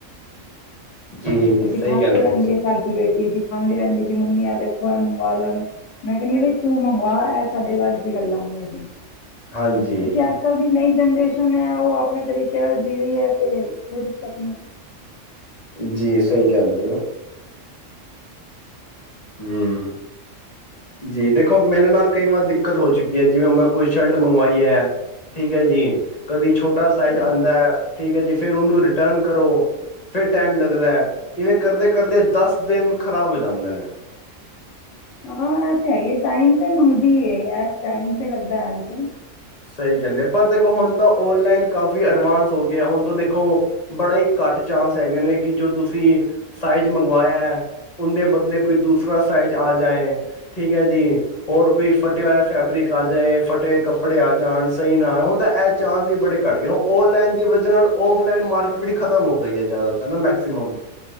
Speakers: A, on the left; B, on the left.
A: ਜੀ
B: ਹ ਦਿਖਾਉਂਦੀ
A: ਸਹੀ ਕਹਿੰਦੇ
B: ਰਹਿੰਦੀ ਹੈ ਸਾਡੀ ਬੇਟੀ, ਦਿਖਾਉਂਦੀ ਰਾਂਹਿਦੀ ਕਿ ਮੰਮੀ ਆ ਦੇਖੋ ਮੰਗਞਾ ਲੋ, ਮੈਂ ਕਹਿੰਦੀ ਬਈ ਤੂੰ ਮੰਗਵਾ ਐ ਸਾਡੇ ਵਸ ਦੀ ਗੱਲਾਂ ਨੀ ਹੈਗੀਆਂ ਕਿਉਕਿ
A: ਹਾਂਜੀ,
B: ਅੱਜ ਕੱਲ ਦੀ ਨਹੀਂ ਜਨਰੇਸ਼ਨ ਹੈ ਉਹ ਆਪਣੇ ਤਰੀਕੇ ਨਾਲ ਜੀ ਰਹੀ ਹੈ ਤੇ ਕੋਈ ਦਿੱਕਤ ਨਹੀਂ
A: ਜੀ ਸਹੀ ਕਹਿੰਦੇ ਹੂੰ ਜੀ ਦੇਖੋ ਮੇਰੇ ਨਾਲ ਕਈ ਵਾਰ ਦਿੱਕਤ ਹੋ ਚੁੱਕੀ ਹੈ ਜਿਵੇਂ ਮੈਂ ਕੋਈ ਸ਼ਰਟ ਮੰਗਵਾਈ ਹੈ ਠੀਕ ਹੈ ਜੀ ਕਦੀ ਛੋਟਾ ਸਾਈਜ਼ ਆਂਦਾ
B: ਹੈ।
A: ਠੀਕ ਹੈ ਜੀ ਫਿਰ ਉਹਨੂੰ ਰਿਟਰਨ ਕਰੋ ਫਿਰ ਟਾਈਮ ਲੱਗਦਾ ਇਵੇਂ ਕਰਦੇ ਕਰਦੇ ਦਸ ਦਿਨ ਖ਼ਰਾਬ ਹੋ ਜਾਂਦੇ ਨੇ
B: ਹਾਂ ਤਾਂ ਹੈਗੀ ਟਾਈਮ ਤੇ ਮੰਗਦੀ ਹੈ ਟਾਈਮ ਤੇ ਲੱਗਦਾ ਹੈ ਜੀ
A: ਸਹੀ ਕਹਿੰਦੇ ਪਰ ਦੇ ਹੁਣ ਤਾਂ ਓਨਲਾਈਨ ਕਾਫੀ ਅਡਵਾਂਸ ਹੋ ਗਿਆ ਹੁਣ ਤਾਂ ਦੇਖੋ ਬੜਾ ਹੀ ਘੱਟ ਚਾਂਸ ਹੈਗੇ ਨੇ ਕਿ ਜੋ ਤੁਸੀਂ ਸਾਈਜ਼ ਮੰਗਵਾਇਆ ਹੈ ਉਹਦੇ ਬਦਲੇ ਕੋਈ ਦੂਸਰਾ ਸਾਈਜ਼ ਆ ਜਾਏ ਠੀਕ ਹੈ ਜੀ ਹੋਰ ਕੋਈ ਫਟਿਆ ਹੋਇਆ ਫੈਬਰਿਕ ਆ ਜਾਏ ਫਟੇ ਕੱਪ ਨੇ ਆ ਜਾਣ ਸਹੀ ਨਾ ਹੁਣ ਤਾਂ ਇਹ ਚਾਂਸ ਹੀ ਬੜੇ ਘੱਟ ਗਏ ਨੇ ਔਨਲਾਈਨ ਦੀ ਵਜ੍ਹਾ ਨਾਲ ਔਫਲਾਈਨ ਮਾਰਕੀਟ ਬੜੀ ਖਤਮ ਹੋ ਗਈ ਹੈ ਜ਼ਿਆਦਾਤਰ ਮੈਕਸੀ ਮਮ